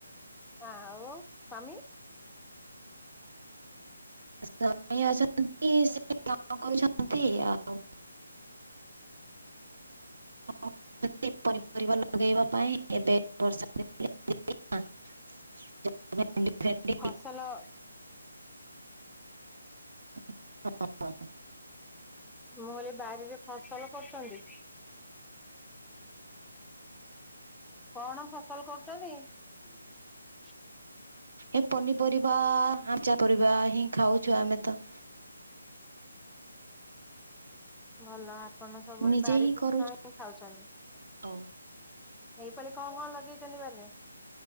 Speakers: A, in the centre; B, on the right.
A: ହଁ ଆଉ ସ୍ୱାମୀ
B: ସ୍ୱାମୀ ଅଛନ୍ତି ସେ କଣ କରୁଛନ୍ତି ଆଉ <unintelligible> <unintelligible> ପନିପରିବା ଲଗେଇବା ପାଇଁ ଏବେ ବର୍ଷା <unintelligible> <unintelligible>
A: ଫସଲ
B: <unintelligible>
A: ମୁଁ ଏଲେ ବାରିରେ ଫସଲ କରୁଛନ୍ତି? କଣ ଫସଲ କରୁଛନ୍ତି?
B: ଏ ପନିପରିବା-ଆ-ଆ-ଆ ଆଚା ପରିବା ହିଁ ଖାଉଛୁ ଆମେ ତ
A: ଭଲ ଆପଣ ସବୁବେଳେ
B: ନିଜେ
A: ବାରି
B: ହିଁ
A: ଜିନିଷ
B: କରୁଛୁ
A: ହିଁ ଖାଉଛନ୍ତି।
B: ଆଉ।
A: ଏଇପାଳି କଣ କଣ ଲଗେଇଛନ୍ତି ବାରିରେ?